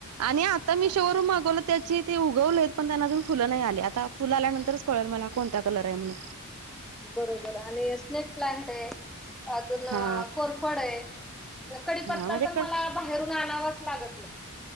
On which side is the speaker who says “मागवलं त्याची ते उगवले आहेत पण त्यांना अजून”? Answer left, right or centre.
Right